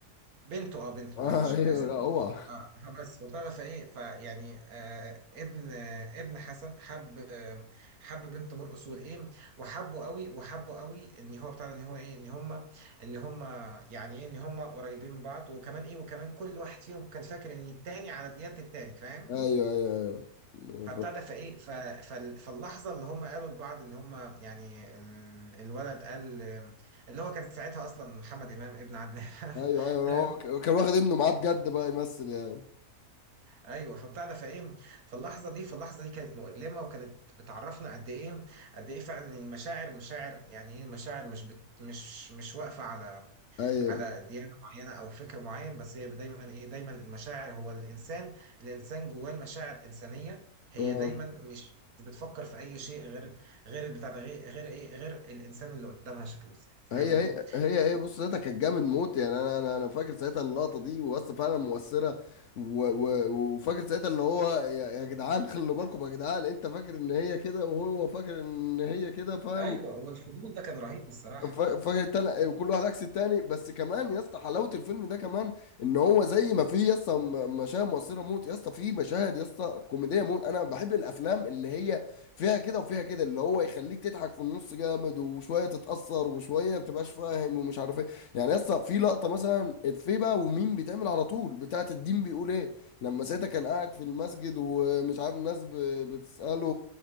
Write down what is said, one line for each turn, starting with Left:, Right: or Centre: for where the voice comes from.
Right: بنته اه بنته
Left: <laughs> آه
Right: معلش
Left: ايوه
Right: انا اسف
Left: لا هو
Right: اه فبس فبتاع ده، فايه فيعني آه ابن آه ابن حسن حب آه حب بنت مرقص والايه وحبه قوي وحبه قوي ان هو بتاع ده، ان هو ايه ان هم ان هم يعني ايه ان هم قريبين من بعض وكمان ايه وكمان كل واحد فيهم كان فاكر ان التاني على ديانة التاني فاهم
Left: ايوه ايوه ايوه
Right: فبتاع
Left: ف-
Right: ده فايه ف- فال- فاللحظه اللي هم قالوا لبعض ان هم يعني ال- الولد قال آه، اللي هو كان ساعتها اصلا محمد امام ابن عادل
Left: ايوه ايوه
Right: امام
Left: هو ك-
Right: <laughs>
Left: كان واخد ابنه معاه بجد بقى يمثل يعني
Right: ايوه فبتاع ده فايه فاللحظه دي فاللحظه دي كانت مؤلمه وكانت بتعرفنا قد ايه قد ايه فعلا المشاعر مشاعر يعني ايه المشاعر مش بت مش مش واقفه على
Left: ايوه
Right: على ديانه معينه او فكر معين بس هي دايما ايه دايما المشاعر هو الانسان الانسان جواه المشاعر انسانيه هي
Left: اه
Right: دايما مش مش بتفكر في اي شيء غير غير البتاع ده غير غير ايه غير الانسان اللي قدامها شكله ازاي فاهمني؟
Left: هي هي هي هي بص ساعتها كانت جامد موت يعني انا انا انا فاكر ساعتها اللقطه دي واسطه فعلا مؤثره و و وفاكر ساعتها اللي هو يا يا جدعان خلوا بالكم يا جدعان انت فاكر ان هي كده وهو فاكر ان هي كده فاهم
Right: ايوه والفضول ده كان رهيب الصراحه
Left: ف- فالتل- وكل واحد عكس التاني بس كمان يا اسطى حلاوه الفيلم ده كمان ان هو زي ما فيه يا اسطى م- مشاهد مؤثره موت يا اسطى فيه مشاهد يا اسطى كوميديه موت انا بحب الافلام اللي هي فيها كده وفيها كده اللي هو يخليك تضحك في النص جامد وشويه تتاثر وشويه ما بتبقاش فاهم ومش عارف ايه يعني يا اسطى في لقطه مثلا افيه بقى ومين بيتعمل على طول بتاعه الدين بيقول ايه لما ساعتها كان قاعد في المسجد ومش عارف الناس ب- بتساله